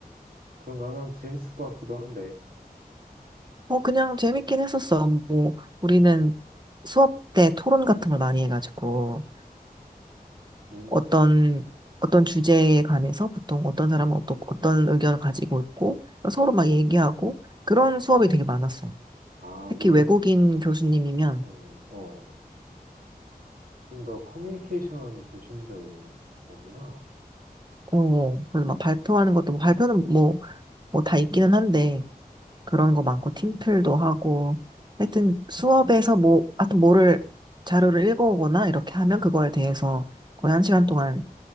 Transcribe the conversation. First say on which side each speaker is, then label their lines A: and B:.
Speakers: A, on the right (about 65°); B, on the right (about 30°).
A: 그런 거 하면 재밌을 것 같기도 한데,
B: 어 그냥 재밌긴 했었어. 뭐 우리는 수업 때 토론 같은 걸 많이 해가지고
A: 음,
B: 어떤 어떤 주제에 관해서 보통 어떤 사람은 어떤 어떤 의견을 가지고 있고 서로 막 얘기하고 그런 수업이 되게 많았어요.
A: 아,
B: 특히
A: 오히려,
B: 외국인 교수님이면
A: 어, 어, 좀 더 커뮤니케이션 중심적인 거구나.
B: 어 그래서 막 발표하는 것도 뭐 발표는 뭐 뭐 다 있기는 한데 그런 거 많고 팀플도 하고 하여튼 수업에서 뭐 하여튼 뭐를 자료를 읽어오거나 이렇게 하면 그거에 대해서 거의 한 시간 동안